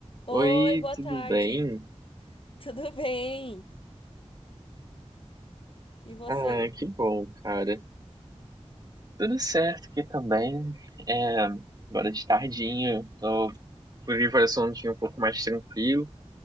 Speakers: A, on the left (about 50°); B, on the right (about 35°).
A: Oi,
B: Oi,
A: boa
B: tudo
A: tarde.
B: bem?
A: Tudo bem? E você?
B: Ah, que bom, cara. Tudo certo aqui também. É, agora de tardinha, tô por vir para um dia um pouco mais tranquilo,